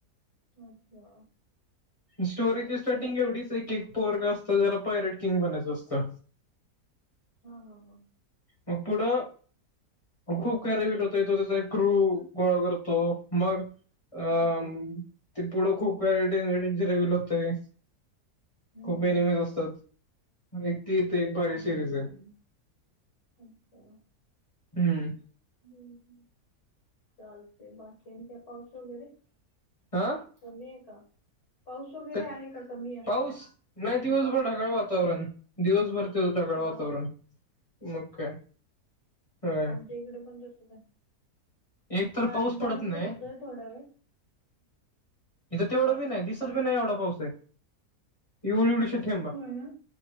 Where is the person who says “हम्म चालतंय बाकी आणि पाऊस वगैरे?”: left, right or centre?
Left